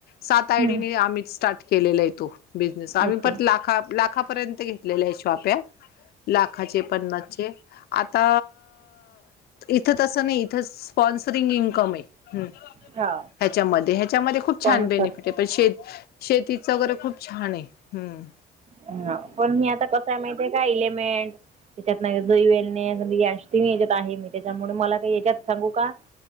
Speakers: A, on the left (about 65°); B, on the right (about 40°).
A: सात आयडीने
B: हम्म
A: आम्ही स्टार्ट केलेला येतो बिझनेस आम्ही
B: ओके
A: ला लाख लाखापर्यंत घेतलेल्या आहे. शॉप्या लाखाचे पन्नासचे आता इथं तसं नाही. इथं स्पॉन्सरिंग इन्कम आहे.
B: हा
A: ह्याच्यामध्ये ह्याच्यामध्ये खूप
B: स्पॉन्सर
A: छान बेनिफिट पण श शेतीच वगैरे खूप छान आहे हम्.
B: हा पण मी आता कस आहे माहितीे का इलेमेंट त्याच्यात नाही ईवेलणेस याच्यात आहे मी त्याच्यामुळे मला काही याच्यात सांगू का